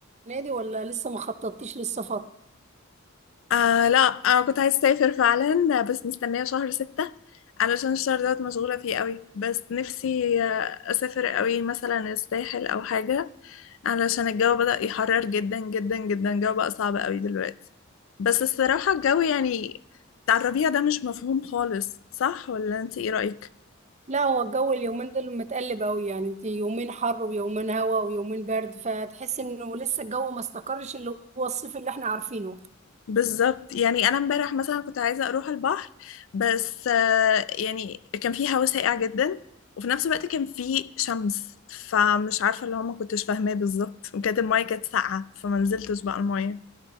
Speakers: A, on the right; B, on the left.
A: نادي ولا لسه ما خططتيش للسفر
B: آه لا انا كنت عايزه اسافر فعلا بس مستنيه شهر ستة علشان الشهر دوت مشغوله فيه قوي بس نفسي آه، اسافر قوي مثلا الساحل او حاجه علشان الجو بدأ يحرر جدا جدا جدا الجو بقى صعب قوي دلوقتي بس الصراحه الجو يعني بتاع الربيع ده مش مفهوم خالص صح ولا انت ايه رأيك
A: لا هو الجو اليومين دول متقلب قوي يعني انت يومين حر ويومين هوا ويومين برد فتحس انه لسه الجو ما استقرش اللي هو الصيف اللي احنا عارفينه
B: بالظبط يعني انا امبارح مثلا كنت عايزه اروح البحر بس آه، يعني كان في هوا ساقع جدا وفي نفس الوقت كان في شمس فمش عارفه اللي هو ما كنتش فاهماه بالظبط وكانت المايه كانت ساقعه فما نزلتش بقى المايه